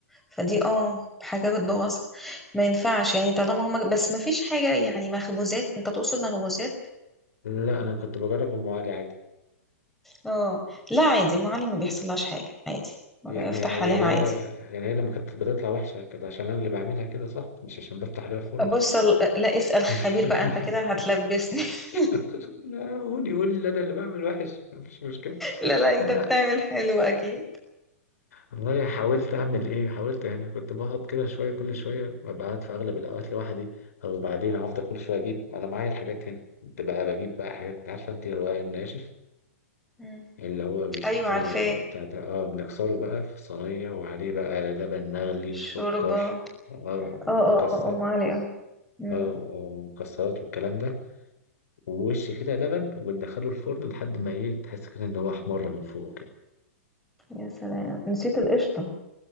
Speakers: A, in the centre; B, on the left.
A: فدي اه حاجة بتبوظها ما ينفعش يعني طالما هما بس ما فيش حاجة يعني مخبوزات انت تقصد مخبوزات
B: لا انا كنت بجرب ام علي عادي
A: اه لا عادي أم علي ما بيحصلهاش حاجة عادي افتح
B: يعني يعني
A: عليها
B: هي
A: عادي
B: يعني هي لما كانت بتطلع وحشه كده عشان انا اللي بعملها كده صح مش عشان بفتح لها الفرن
A: بص ال- لا اسأل
B: <laughs>
A: خبير بقى انت كده هتلبسني <laughs>
B: لا قول يقول لي انا اللي بعمل وحش مفيش مشكله
A: لا لا انت
B: انا
A: بتعمل حلو اكيد
B: والله حاولت اعمل ايه حاولت يعني كنت بقعد كده شويه كل شويه ببقى قاعد في اغلب الاوقات لوحدي وبعدين افضل كل شويه اجيب انا معايا الحاجات هنا كنت بقى بجيب بقى حاجات عارفه انت الرقاق الناشف
A: مم.
B: اللي هو بيسموه
A: ايوه عارفاه
B: بتاع ده اه بنكسره بقى في صينيه وعليه بقى لبن مغلي
A: الشوربة
B: وسكر
A: اه
B: اه
A: اه
B: مكسر
A: اه ام علي اه مم.
B: اه ومكسرات والكلام ده ووش كده لبن وبندخله الفرن لحد ما ايه تحس كده ان هو احمر من فوق كده
A: يا سلام نسيت القشطة